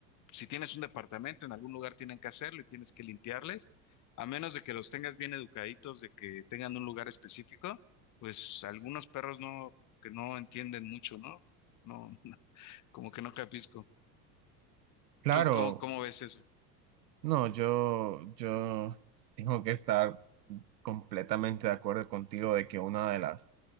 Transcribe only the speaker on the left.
si tienes un departamento, en algún lugar tienen que hacerlo y tienes que limpiarles, a menos de que los tengas bien educaditos, de que tengan un lugar específico, pues algunos perros no, que no entienden mucho, ¿no? No, <laughs> como que no capisco.
¿Tú cómo, cómo ves eso?